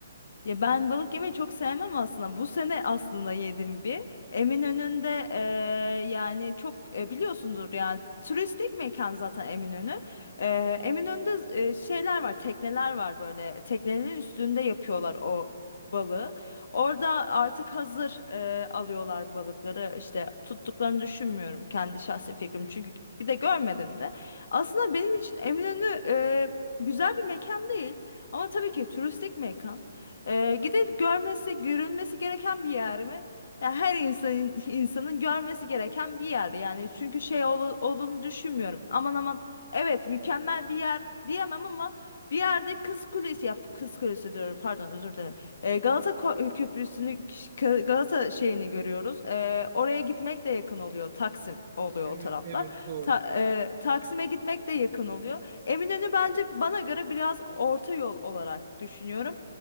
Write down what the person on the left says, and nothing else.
Ya ben balık yemeyi çok sevmem aslında. Bu sene aslında yedim bir. Eminönü'nde eee, yani çok e, biliyorsundur yani turistik mekan zaten Eminönü. Eee Eminönü'nde e, şeyler var, tekneler var böyle. Teknelerin üstünde yapıyorlar o balığı. Orada artık hazır e, alıyorlar balıkları. İşte tuttuklarını düşünmüyorum kendi şahsi fikrim. Çünkü bir de görmedim de. Aslında benim için Eminönü e, güzel bir mekan değil. Ama tabii ki turistik mekan. Ee, gidip görmesi, görülmesi gereken bir yer mi? Yani her insanın insanın görmesi gereken bir yer yani. Çünkü şey ol- olduğunu düşünmüyorum. Aman aman evet mükemmel bir yer diyemem ama bir yerde Kız Kulesi yap Kız Kulesi diyorum pardon özür dilerim. Ee, Galata Ko- Köprüsü'nü K- Galata şeyini görüyoruz. Ee, oraya gitmek de yakın oluyor. Taksim oluyor
o taraflar.
Ta- e, Taksim'e gitmek de yakın oluyor. Eminönü bence bana göre biraz orta yol olarak düşünüyorum.